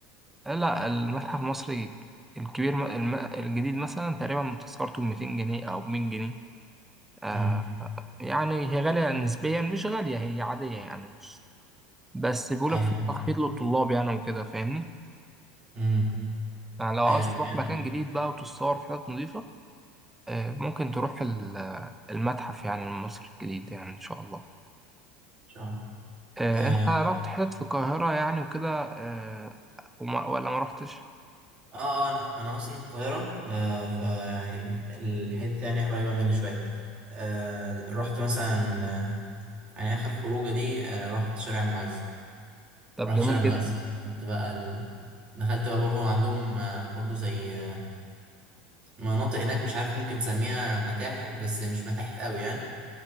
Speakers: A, in the centre; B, on the right.
A: لا المتحف المصري الكبير الم- الجديد مثلا تقريبا تذكرته ب 200 جنيه أو 100 جنيه آه،
B: مم.
A: يعني هي غالية نسبيا مش غالية هي عادية يعني مش بس بيقولك
B: أيوة
A: في تخفيض للطلاب يعني وكده فاهمني
B: مم.
A: يعني لو
B: أيوة
A: عاوز تروح
B: كان
A: مكان
B: إن
A: جديد بقى وتتصور في حتت نظيفة آه، ممكن تروح ال- المتحف يعني المصري الجديد يعني إن شاء الله
B: شاء الله
A: آه،
B: آه
A: أنت رحت حتت في القاهرة يعني وكده آه، وما- ولا ما رحتش؟
B: آه، آه، أنا أنا أصلا من القاهرة آه فيعني الحتة يعني قريبة مني شوية آه رحت مثلا آه يعني آخر خروجة دي آه رحت شارع المعز
A: طب
B: رحت
A: جميل
B: شرم
A: جدا
B: الشيخ دخلت بقى ال... دخلت بقى برضه عندهم آه، برضه زي آه، مناطق هناك مش عارف ممكن تسميها متاحف بس مش متاحف قوي يعني